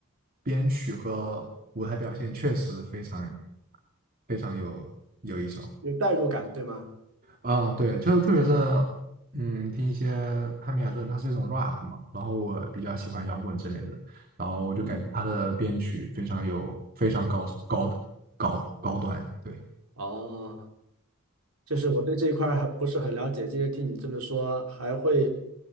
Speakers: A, on the right; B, on the right.
A: 编曲和舞台表现确实非常非常有有一手。
B: 有代入感，对吗？
A: 嗯，对，就是特别是，嗯，听一些汉密尔顿，它是一种 rap 嘛，然后我比较喜欢摇滚之类的，然后我就感觉他的编曲非常有非常高高高高端，
B: 嗯。
A: 对，
B: 哦，就是我对这一块儿还不是很了解，今天听你这么说，还会